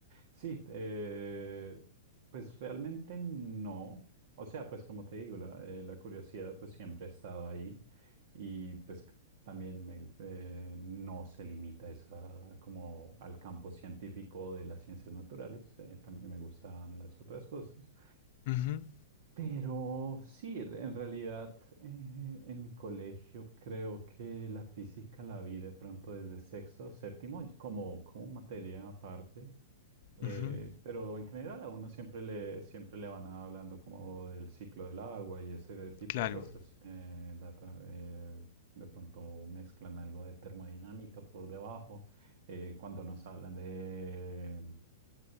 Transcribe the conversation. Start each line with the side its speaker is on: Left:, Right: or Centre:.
Right: Sí, eh, pues realmente no. O sea, pues como te digo, la, eh, la curiosidad pues siempre ha estado ahí y pues También me- eh, no se limita esa, como al campo científico de las ciencias naturales. eh, también me gustan las otras cosas.
Left: Ujú,
Right: Pero sí, en realidad eh, en mi colegio creo que la física la vi de pronto desde sexto, séptimo, como, como materia aparte. Eh,
Left: ujú,
Right: pero en general a uno siempre le, siempre le van hablando como del ciclo del agua y ese de tipo
Left: claro,
Right: de cosas. Eh, la tra- eh, de pronto mezclan algo de termodinámica por debajo. eh, cuando nos hablan de